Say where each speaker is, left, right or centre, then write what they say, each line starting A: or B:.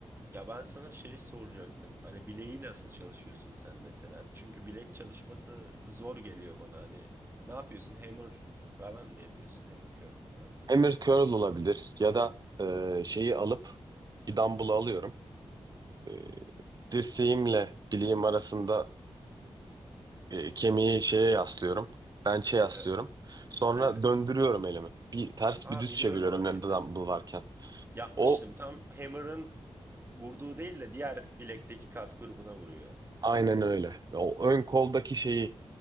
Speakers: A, on the right; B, on the right.
A: Ya ben sana şeyi soracaktım. Hani bileği nasıl çalışıyorsun sen mesela? Çünkü bilek çalışması zor geliyor bana. Hani ne yapıyorsun? Hammer falan mı yapıyorsun? Hammer curl falan.
B: Hammer curl olabilir ya da e, şeyi alıp bir dumbbell alıyorum. E, dirseğimle bileğim arasındaki e, kemiği şeye yaslıyorum. Bench'e yaslıyorum.
A: Ya,
B: Sonra
A: evet.
B: döndürüyorum elimi. Bir ters
A: Aa
B: bir düz
A: biliyorum
B: çeviriyorum
A: o hareketi.
B: elimde dumbbell varken.
A: Yapmıştım.
B: O
A: Tam Hammer'ın vurduğu değil de diğer bilekteki kas grubuna vuruyor.
B: aynen öyle. O ön koldaki şeyi